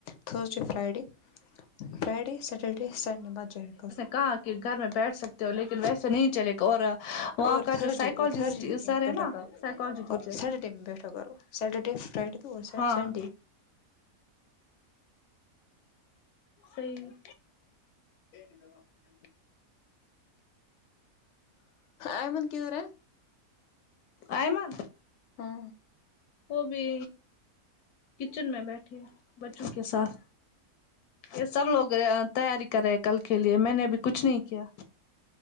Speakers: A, on the left (about 65°); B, on the left (about 80°).
A: Thursday Friday Friday Saturday Sunday مت جایا کرو
B: کہاں کہ گھر میں بیٹھ سکتے ہو لیکن ویسے نہیں چلے گا اور وہاں
A: اور
B: کا
A: تھرزڈے
B: جو سائیکالوجسٹ
A: اور تھرزڈے میں
B: سر
A: بیٹھا
B: ہے نا
A: کرو
B: سائیکالوجی ٹیچر
A: اور سٹرڈے میں بیٹھا کرو سٹرڈے فرائڈے تو
B: ہاں
A: سنڈی
B: صحیح <unintelligible>
A: عیمان کی ھو ہے
B: ایمن
A: ہاں
B: وہ بھی کچن میں بیٹھی ہے بچوں کے ساتھ یہ سب لوگ تیاری کر رہے ہیں کل کے لیے میں نے ابھی کچھ نہیں کیا